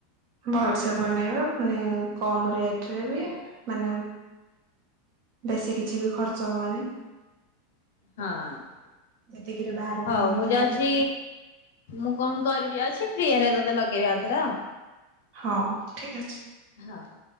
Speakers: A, on the right (about 40°); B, on the left (about 75°).
A: ଭଲସେ ବନେଇବା ପୁଣି କମ ରେଟ ରେ ବି ମାନେ ବେଶୀ କିଛି ବି ଖର୍ଚ୍ଚ ହବନି।
B: ହଁ।
A: ଏତିକିିରେ ବାହାରୁକୁ
B: ହଉ ମୁଁ
A: କାଳ
B: ଯାଉଛି
A: ଯେ
B: ମୁଁ କଣ କରିବି ଅଛି ଫ୍ରି ହେଲେ ତୋତେ ଲଗେଇବି ଆଉ ଥରେ ପରା।
A: ହଉ ଠିକ୍ ଅଛି।
B: ହଁ।